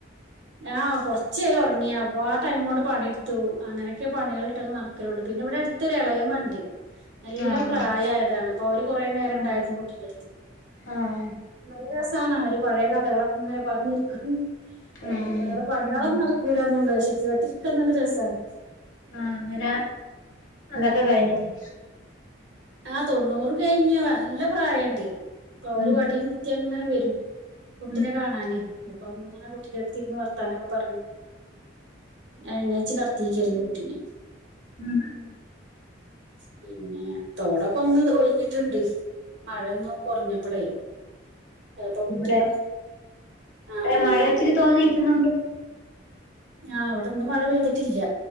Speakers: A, on the right; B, on the left.
A: ആ കൊറച്ച് നേരം ഒറങ്ങിയ അപ്പൊ ആ ടൈമു കൊണ്ട് പണിയെടുത്തു അങ്ങനെക്കെ പണികളിട്ട് നടക്കലുള്ളു പിന്നെ ഇവിടെ അടുത്തൊരു എളയമ്മ ണ്ട് നല്ലോം
B: ആഹ്
A: പ്രായായതാണ് അപ്പൊ അവര് കൊറേ നേരം
B: ആഹ്
A: ണ്ടായിരുന്നു കുട്ടിട് അടുത്ത്
B: ആഹ്
A: നല്ല ര ആണ് അവര് പഴയ കഥകളൊക്കെ ഇങ്ങനെ പറഞ്ഞിരിക്കും
B: ഉം
A: ഞങ്ങള് പണികളൊന്നും നട കൂരാന്ന <unintelligible> ള്ള പക്ഷെ കെട്ടിരിക്കാൻ നല്ല രസമാണ്
B: ആഹ് അങ്ങനെ അതൊക്കെ കഴിഞ്ഞിട്ട്
A: ആ തൊണ്ണൂറ് കഴിഞ്ഞ് നല്ല പ്രായുണ്ട് അപ്പൊ അവര്
B: ഉം
A: വടിയും കുത്തി അങ്ങനെ വരും <inaudible> കുട്ടിനെ
B: ഉം
A: കാണാന് അപ്പം ഇങ്ങനെ കുട്ടിടെ അടുത്തിരുന്നു വർത്താനൊക്കെ പറഞ്ഞ് എണ്ണച്ച കർത്തിക്കായിരുന്നു കുട്ടിനെ
B: ഉം ഉം
A: പിന്നെ തോടൊക്കെ ഒന്ന് ഒഴിഞ്ഞിട്ടുണ്ട് മഴ ഒന്ന് കുറഞ്ഞപ്പോളേ ചിലപ്പോ കുട്ടികളെ
B: ഇവിടെ
A: ആ ആ
B: മഴ ഇച്ചിരി തോന്നി- ണ്ട് <unintelligible>
A: ഞാ അവിടെന്നും മഴ പെയ്തിട്ടില്ല